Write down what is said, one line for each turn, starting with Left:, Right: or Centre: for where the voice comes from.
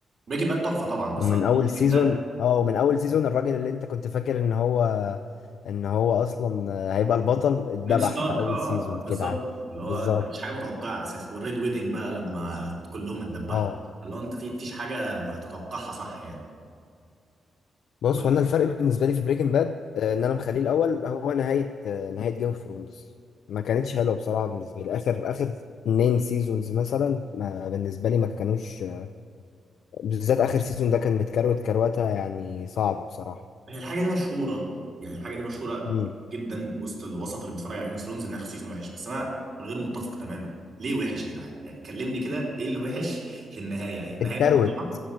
Right: بريكنج باد تحفه طبعا بس
Left: ومن
Right: قصدي
Left: اول
Right: بريكنج
Left: سيزون
Right: باد
Left: اه ومن اول سيزون الراجل اللي انت كنت فاكر ان هو ان هو اصلا هيبقى البطل اتذبح
Right: نيد ستارك
Left: في اول
Right: اه
Left: سيزون
Right: آه، بالظبط
Left: كده عادي
Right: اللي هو
Left: بالظبط
Right: انت مفيش حاجه متوقعه اساسا والريد ويدنج بقى لما كلهم اتدبحوا
Left: اه
Right: اللي هو انت في فيش حاجه هتتوقعها صح يعني
Left: بص
Right: و...
Left: هو انا الفرق بالنسبه لي في بريكنج باد ان انا مخليه الاول هو نهايه آه، نهايه جيم اوف ثرونز ما كانتش حلوه بصراحه بالنسبه لي اخر اخر اتنين سيزونز مثلا ما بالنسبه لي ما كانوش آه، بالذات اخر سيزون ده كان متكروت كروته يعني صعبه بصراحه
Right: هي الحاجه دي مشهوره يعني الحاجه دي مشهوره
Left: امم
Right: جدا وسط الوسط اللي بيتفرج على جيم اوف ثرونز انها سيزون وحش بس انا غير متفق تماما ليه وحش يا جدعان يعني كلمني كده ايه اللي وحش في النهايه يعني نهايه
Left: اتكروت
Right: مقنعه